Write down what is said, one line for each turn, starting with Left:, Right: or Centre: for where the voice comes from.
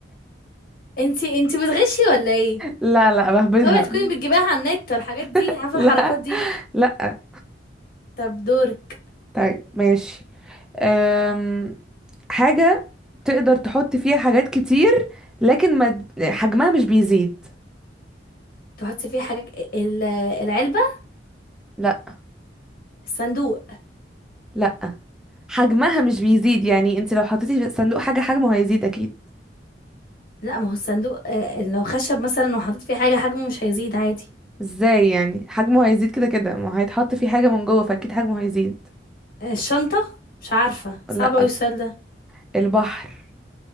Left: انتي انتي بتغشي ولا ايه
Centre: لا لا بهبدها
Left: اوعي تكوني بتجيبيها على النت والحاجات دي
Centre: <laughs>
Left: عارفه
Centre: لا
Left: الحركات دي
Centre: لا
Left: طب دورك
Centre: طيب ماشي أم... حاجة تقدر تحط فيها حاجات كتير لكن ما حجمها مش بيزيد
Left: تحطي فيه حاجات ال- العلبه
Centre: لا
Left: الصندوق
Centre: لا حجمها مش بيزيد يعني انت لو حطيتي في صندوق حاجة حجمه هيزيد اكيد
Left: لا ما هو الصندوق آه، لو خشب مثلا وحطيت فيه حاجه حجمه مش هيزيد عادي
Centre: ازاي يعني حجمه هيزيد كده كده ما هيتحط فيه حاجة من جوه فاكيد حجمه هيزيد
Left: آه، الشنطه مش عارفه صعب
Centre: لا
Left: اوي السؤال ده
Centre: البحر